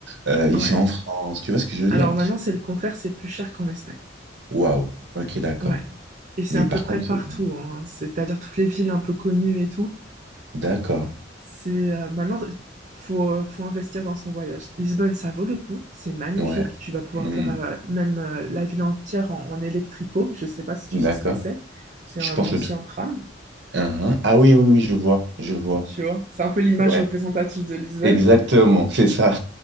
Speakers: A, on the right; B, on the right.
A: euh, ici
B: Ouais.
A: en France, tu vois ce que je veux
B: Alors
A: dire?
B: maintenant, c'est le contraire, c'est plus cher qu'en Espagne.
A: Waouh, ok, d'accord.
B: Ouais. Et c'est
A: Mais
B: à
A: par
B: peu près
A: contre,
B: partout,
A: c'est-
B: hein. C'est-à-dire toutes les villes un peu connues et tout.
A: d'accord.
B: C'est euh, maintenant, faut, euh, faut investir dans son voyage. Lisbonne, ça vaut le coup. C'est magnifique.
A: Ouais.
B: Tu vas pouvoir
A: Hmm,
B: faire euh, même euh, la ville entière en, en électrico. Je sais pas si tu
A: d'accord.
B: sais ce que c'est. C'est
A: Je
B: un
A: pense
B: ancien
A: le truc.
B: tram.
A: Uhum. Ah oui, oui, oui, je vois, je vois.
B: Tu vois, c'est un peu l'image
A: Ouais,
B: représentative de Lisbonne,
A: exactement, c'est ça.